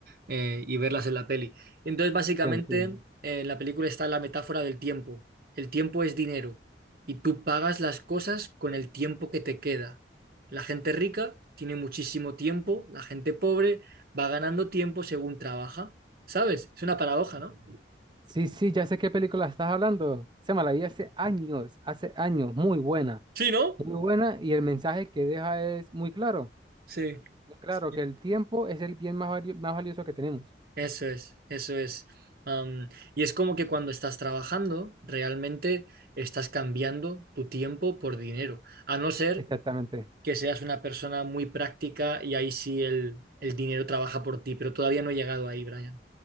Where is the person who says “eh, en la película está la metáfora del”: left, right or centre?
Right